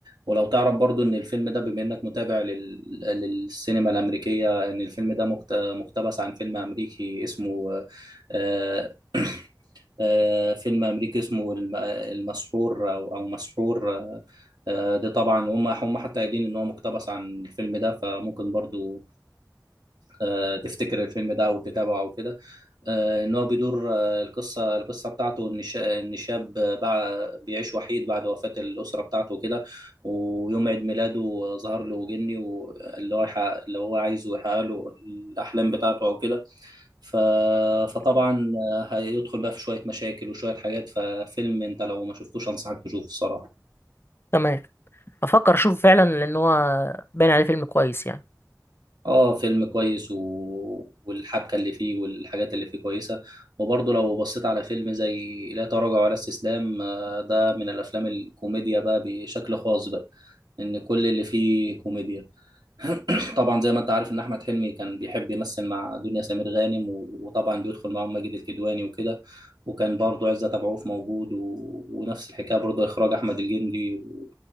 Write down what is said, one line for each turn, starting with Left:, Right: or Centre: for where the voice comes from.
Right: ولو تعرف برضو ان الفيلم ده بما انك متابع لل... للسينما الامريكيه ان الفيلم ده مقت... مقتبس عن فيلم امريكي اسمه آه... <clears throat> آه... فيلم امريكي اسمه الم... المسحور او او مسحور آه... ده طبعا هم هم حتى قايلين ان هو مقتبس عن الفيلم ده فممكن برضو آه... تفتكر الفيلم ده وتتابعه وكده آه، ان هو بيدور آه، القصه القصه بتاعته ان شا- ان شاب آه، بع- بيعيش وحيد بعد وفاه الاسره بتاعته وكده ويوم عيد ميلاده آه، ظهر له جني واللي هو يحقق- اللي هو عايزه يحقق له الاحلام بتاعته او كده ف... فطبعا آه، هيدخل بقى في شويه مشاكل وشويه حاجات ففيلم انت لو ما شفتوش انصحك تشوفه الصراحه
Left: تمام افكر اشوفه فعلا لان هو باين عليه فيلم كويس يعني
Right: اه فيلم كويس و... والحبكه اللي فيه والحاجات اللي فيه كويسه وبرضه لو بصيت على فيلم زي لا تراجع ولا استسلام آه، ده من الافلام الكوميديا بقى بشكل خاص بقى ان كل اللي فيه كوميديا <coughs> <clears throat> طبعا زي ما انت عارف ان احمد حلمي كان بيحب يمثل مع دنيا سمير غانم و... وطبعا بيدخل معاهم ماجد الكدواني وكده وكان برضه عزت ابو عوف موجود و... ونفس الحكايه برضه اخراج احمد الجندي و...